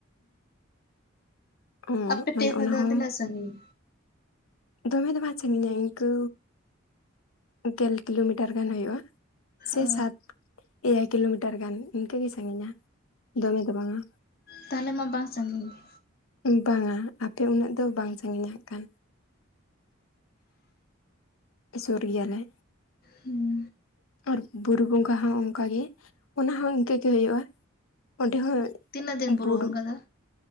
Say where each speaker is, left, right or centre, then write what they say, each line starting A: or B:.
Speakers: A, on the left; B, on the left.
A: <inaudible> ᱚ
B: ᱟᱯᱮ
A: ᱢᱟᱱᱮ
B: ᱴᱷᱮᱡ ᱠᱷᱚᱡ
A: ᱚᱱᱟ
B: ᱫᱚ
A: ᱦᱚᱸ
B: ᱛᱤᱱᱟᱹᱜ ᱥᱟᱺᱜᱤᱧ
A: ᱫᱚᱢᱮ ᱫ ᱵᱟᱝ ᱥᱟᱺᱟᱹᱜᱤᱧᱟ ᱤᱱᱠᱟᱹ ᱜᱮᱞ ᱠᱤᱞᱳᱢᱤᱴᱟᱨ ᱜᱟᱱ ᱦᱩᱭᱩᱜᱼᱟ ᱥᱮ
B: ᱚ
A: ᱥᱟᱛ ᱮᱭᱟᱭ ᱠᱤᱞᱳᱢᱤᱴᱟᱨ ᱜᱟᱱ ᱤᱱᱠᱟᱹᱜᱮ ᱥᱟᱺᱜᱤᱧᱟ ᱫᱚᱢᱮ ᱫᱚ ᱵᱟᱝᱼᱟ
B: ᱛᱟᱦᱚᱞᱮ ᱢᱟ ᱵᱟᱝ ᱥᱟᱺᱜᱤᱧ ᱜᱮ᱾
A: ᱵᱟᱝᱟ ᱟᱯᱮ ᱩᱱᱟᱹᱜ ᱫᱚ ᱵᱟᱝ ᱥᱟᱺᱜᱤᱧᱟ ᱠᱟᱱ᱾ ᱥᱩᱨ ᱜᱮᱭᱟᱞᱮ
B: ᱦᱩᱸ
A: ᱟᱨ ᱵᱩᱨᱩ ᱵᱚᱸᱜᱟ ᱦᱚᱸ ᱚᱱᱠᱟᱜᱮ ᱚᱱᱟ ᱦᱚᱸ ᱤᱱᱠᱟᱹ ᱜᱮ ᱦᱩᱭᱩᱜᱼᱟ᱾ ᱚᱸᱰᱮ ᱦᱚᱸ
B: ᱛᱤᱱᱟᱹᱜ ᱫᱤᱱ
A: ᱵᱩᱨᱩ
B: ᱵᱚᱸᱜᱟ ᱫᱚ